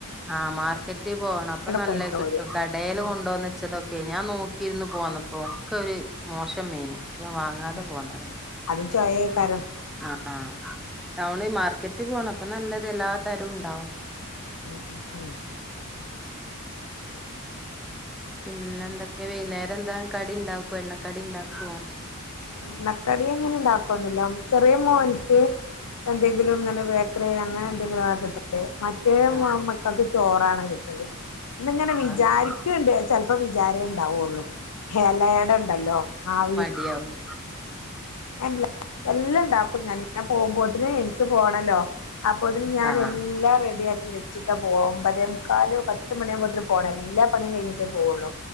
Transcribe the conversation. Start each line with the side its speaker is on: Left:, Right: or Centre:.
Centre: ആഹ് മാർക്കറ്റിൽ പോണം അപ്പൊ നല്ല
Left: കൊണ്ടോരും
Centre: കിട്ടും കടയിൽ
Left: ഉം
Centre: കൊണ്ടുവന്ന്‌ ച്ചതൊക്കെ ഞാൻ നോക്കിയിരുന്നു പോന്നപ്പോ ഒക്കെ ഒരു മോശം മീന് ഞാൻ വാങ്ങാതെ
Left: ഉം
Centre: പോന്നത
Left: അത് ചൊയ അയ്ക്കാരം
Centre: ആഹ് ടൗണ് മാർക്കറ്റ് പോണം അപ്പ നല്ലത് എല്ലാ തരവും ഉണ്ടാവും
Left: ഉം ഉം ഉം
Centre: പിന്നെ എന്തൊക്കെയ വൈന്നേരം എന്താ കടി ഉണ്ടാക്കോ എണ്ണക്കടി ഇണ്ടാക്കോ
Left: എണ്ണക്കടി അങ്ങനെ ഇണ്ടാക്കോന്നില്ല ചെറിയ മോൻക്ക് എന്തെങ്കിലും ഇങ്ങനെ ബേക്കറി ആയി അങ്ങനെ എന്തെങ്കിലും ആകട്ടെ മറ്റേ
Centre: ആഹ്
Left: മക്കൾക്ക് ചോറാണ് കിട്ടണ്ടെ ഇന്ന് ഇങ്ങനെ വിചാരിക്കണ്ട്
Centre: ആഹ് ശരി
Left: ചെൽ ഇപ്പ വിചാരേ ഇണ്ടാവൊള്ളു എലട ഇണ്ടല്ലോ ആവി
Centre: ടിയാവും
Left: അല്ല എല്ലാം ഇണ്ടാക്കും ഞാന് ഞാൻ പോകുമ്പോത്തിന് എനിക്ക് പോണല്ലോ അപ്പൊത്തിന് ഞാൻ
Centre: ആഹ്
Left: എല്ലാം റെഡിയാക്കി വെ ച്ചിട്ട പോവ ഒമ്പതേമുക്കാലോ പത്ത് മണിയാവുമ്പോത്തേന് പോണം എല്ലാ പണിയും കഴിഞ്ഞിട്ടേ പോവുള്ളൂ